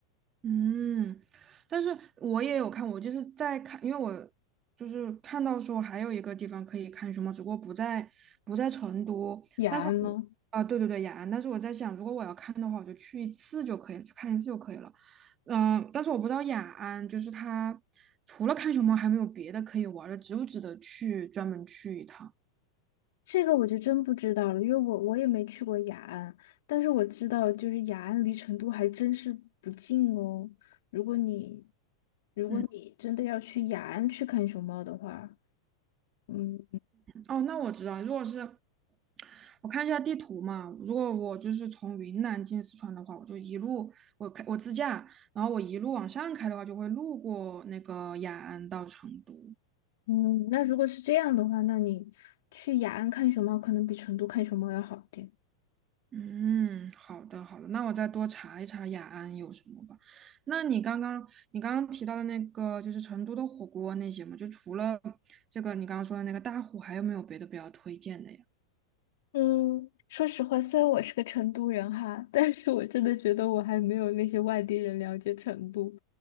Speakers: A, on the right; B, on the left.
A: 嗯，但是我也有看，我就是在看，因为我就是看到说还有一个地方可以看熊猫，只不过不在不在成都，
B: 雅安吗？
A: 但是我啊、对对对，雅安，但是我在想，如果我要看的话，我就去一次就可以了，去看一次就可以了。嗯、但是我不知道雅安就是它除了看熊猫还没有别的可以玩儿的，值不值得去专门去一趟？
B: 这个我就真不知道了，因为我我也没去过雅安，但是我知道就是雅安离成都还真是不近哦。如果你如果你真的要去雅安去看熊猫的话，
A: 嗯，
B: 嗯
A: 哦，那我知道，如果是我看一下地图嘛，如果我就是从云南进四川的话，我就一路我开我自驾，然后我一路往上开的话，就会路过那个雅安到成都。
B: 嗯，那如果是这样的话，那你去雅安看熊猫可能比成都看熊猫要好一点。
A: 嗯，好的好的，那我再多查一查雅安有什么吧。那你刚刚你刚刚提到的那个就是成都的火锅那些嘛，就除了这个你刚刚说的那个大虎，还有没有别的比较推荐的呀？
B: 嗯，说实话，虽然我是个成都人哈，但是我真的觉得我还没有那些外地人了解成都。